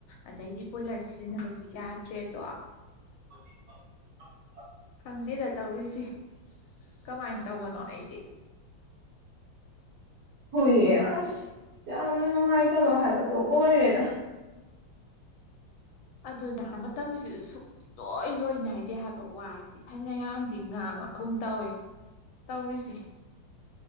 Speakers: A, on the left (about 85°); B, on the right (about 60°).
A: ꯑꯗꯩꯗꯤ ꯕꯣꯏꯂꯔ ꯁꯤꯖꯤꯟꯅꯕꯁꯨ ꯌꯥꯗ꯭ꯔꯦꯗꯣ
B: ꯍꯧ
A: ꯍꯪꯗꯦꯗ ꯇꯧꯔꯤꯁꯤ ꯀꯃꯥꯏꯅ ꯇꯧꯕꯅꯣ ꯑꯩꯗꯤ
B: ꯍꯨꯏꯌꯦ ꯑꯁ ꯌꯥꯝꯅ ꯅꯨꯡꯉꯥꯏꯇꯕ ꯍꯥꯏꯕꯗꯣ ꯑꯣꯏꯔꯦꯗ
A: ꯑꯗꯨꯅ ꯃꯇꯝꯁꯤꯁꯨ ꯁꯨꯛ ꯂꯣꯏ ꯂꯣꯏ ꯅꯥꯏꯗꯦ ꯍꯥꯏꯕ ꯋꯥꯁꯦ ꯐꯅꯌꯥꯝꯗꯤ ꯉꯥꯡꯉꯒꯨꯝ ꯇꯧꯏꯦ ꯇꯧꯔꯤꯁꯦ